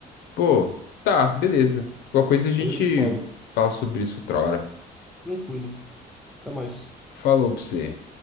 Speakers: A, on the left; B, in the centre.
A: Pô, tá, beleza. Qualquer coisa a gente
B: Eu te falo.
A: fala sobre isso outra hora.
B: Tranquilo. Até mais.
A: Falou pra você.